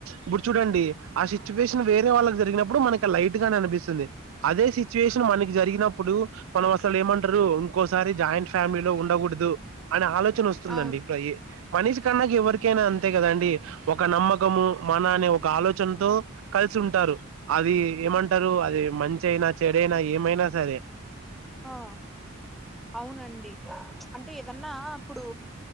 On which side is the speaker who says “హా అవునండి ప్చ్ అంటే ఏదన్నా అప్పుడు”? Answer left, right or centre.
Centre